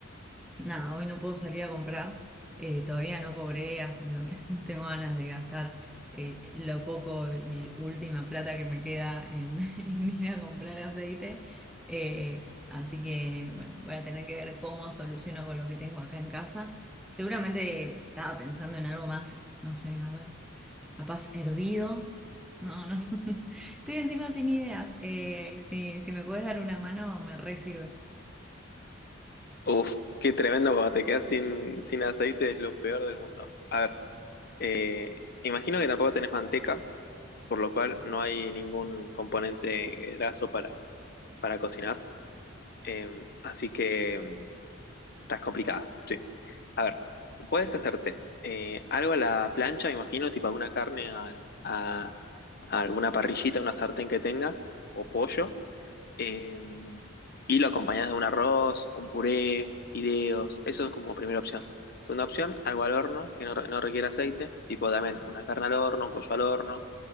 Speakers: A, in the centre; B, on the left.
A: Nada, hoy no puedo salir a comprar, eh, todavía no cobré, así no, te- <laughs> no tengo ganas de gastar eh, lo poco y última plata que me queda en, <laughs> en ir a comprar aceite. Eh, así que, bueno, voy a tener que ver cómo soluciono con lo que tengo acá en casa. Seguramente estaba pensando en algo más, no sé, a ver, capaz hervido. No, no, <laughs> estoy encima sin ideas. Eh, si, si me puedes dar una mano, me re sirve.
B: Uf, qué tremendo cuando te quedas sin, sin aceite, es lo peor del mundo. A ver, eh, imagino que tampoco tenés manteca, por lo cual no hay ningún componente graso para, para cocinar, em, así que mm, estás complicada, sí. A ver, puedes hacerte eh, algo a la plancha, imagino, tipo alguna carne al- a, a alguna parrillita, una sartén que tengas, o pollo, eh, y lo acompañás de un arroz, un puré, fideos. Eso es como primera opción. Segunda opción, algo al horno que no, re- no requiere aceite, tipo también una carne al horno, un pollo al horno.